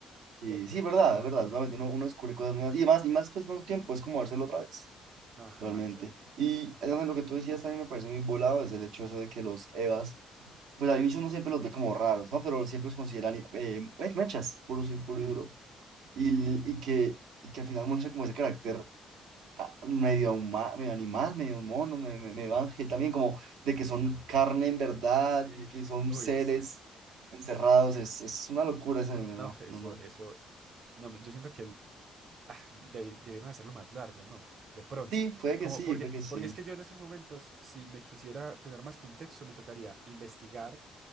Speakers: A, on the right (about 80°); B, on the right (about 50°).
A: Sí,
B: ¿cierto?
A: sí, verdad, es verdad, realmente uno, uno descubre cosas nuevas y más, y más pues tanto tiempo es como dárselo otra vez,
B: Ajá,
A: realmente.
B: exacto.
A: Y además, lo que tú decías también me parece muy volado, es el hecho eso de que los EVAs, pues al inicio uno siempre los ve como raros, ¿no? Pero siempre los consideran
B: Sí.
A: eh, eh, mechas, puro, y- puro
B: Sí.
A: y duro. Y, l- y, que, y que al final muestra como ese carácter ah, medio, huma- medio animal, medio mono, me- me-
B: Sí,
A: medio ángel también, como de que son
B: no,
A: carne en verdad
B: sí,
A: y que son
B: uy,
A: seres
B: sí,
A: encerrados, es, es una locura ese anime,
B: no,
A: ¿no?
B: eso,
A: No, no.
B: eso, no, yo siento que el- ah, debi- debieron hacerlo más largo, ¿no? De pronto,
A: Sí, puede
B: como,
A: que sí,
B: porque,
A: puede que sí.
B: porque es que yo en estos momentos, si me quisiera tener más contexto, me tocaría investigar